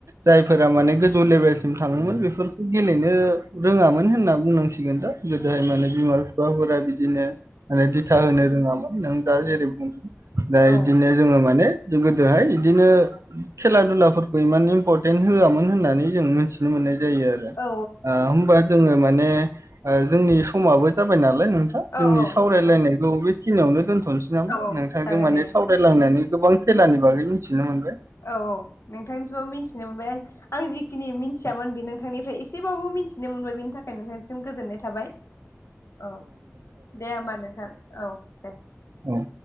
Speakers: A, on the right (about 80°); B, on the left (about 70°).
A: जायफोरा माने गोजौ लेभेल सिम थाङोमोन बेफोरखौ गेलेनो रोङामोन होनना बुंनांसिगोन दा गोदोहाय माने बिमा बिफाफोरा बिदिनो ओ दिथा होनो रोङामोन नों दा जेरै बुंदों। दा
B: औ
A: इदिनो जोङो माने जों गोदोहाय इदिनो खेला दुलाफोरखौ इमान इम्परटेन्ट होआमोन होननानै जों मिथि नो मोननाय जायो आरो।
B: औ
A: ओ होमबा जोङो माने जोंनि समाबो जाबाय नालाय लाय नोंथां जोंनि
B: औ औ
A: सावरायलायनायखौ
B: नोंथां
A: बेखिनियावनो थ'नोसै नामा
B: औ
A: नोंथांजों
B: जागोन
A: माने
B: दे नोंथां
A: सावरायलांयनानै गोबां खेलानि बागै मिथिनो मोनगोन
B: औ औ नोंथांनिसिबो मिथिनो मोनबाय आं आं जिखिनि मिथियामोन बे नोंथांनिफ्राय एसे एसेबाबो मिथिनो मोनबाय बेनि थाखाय नोंथांनिसिम गोजोननाय थाबाय। औ दे होमबा नोंथां। औ दे।
A: औ